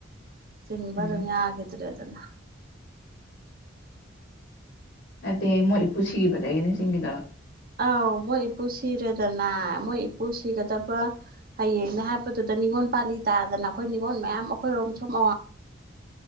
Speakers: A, on the right (about 50°); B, on the left (about 60°).
A: ꯁꯤꯤꯡꯕ
B: ꯎꯝ
A: ꯑꯗꯨꯝ ꯌꯥꯒꯗ꯭ꯔꯦ ꯑꯗꯨꯗꯅ
B: ꯅꯠꯇꯦ ꯃꯣꯏ ꯏꯄꯨ ꯁꯤꯈꯤꯕꯗꯒꯤ ꯅꯤꯡꯁꯤꯡꯤꯡꯈꯤꯗꯕ
A: ꯑꯧ ꯃꯣꯏ ꯏꯄꯨ ꯁꯤꯔꯦꯗꯅ ꯃꯣꯏ ꯏꯄꯨ ꯁꯤꯒꯗꯕ ꯍꯌꯦꯡꯅꯦ ꯍꯥꯏꯕꯗꯨꯗ ꯅꯤꯡꯉꯣꯜ ꯄꯥꯜꯂꯤ ꯇꯥꯗꯅ ꯑꯩꯈꯣꯏ ꯅꯤꯡꯉꯣꯣꯟ ꯃꯌꯥꯝ ꯑꯩꯈꯣꯏꯔꯣꯝ ꯁꯨꯝ ꯑꯋꯥ